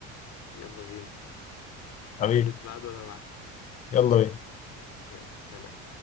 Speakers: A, on the left (about 60°); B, on the left (about 25°).
A: يلا بينا
B: حبيبي
A: حدد ميعاد وانا معاك
B: يلا بينا
A: يلا سلام